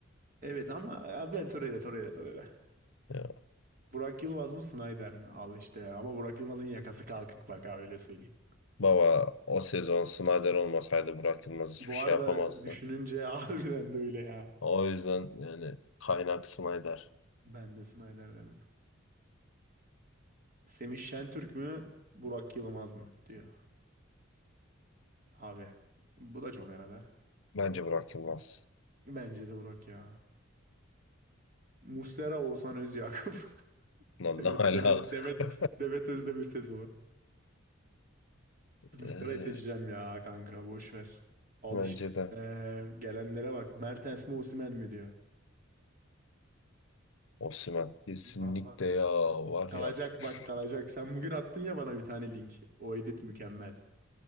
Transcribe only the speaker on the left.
Ya.
Baba o sezon Snyder olmasaydı bırakılmaz hiçbir
şey
yapamazdı.
O yüzden yani kaynak Snyder.
Bence bırakılmaz.
Lan
ne alaka?
<laughs>
Ee,
bence
de
Osimhen. Kesinlikle
ya var
ya. Şu-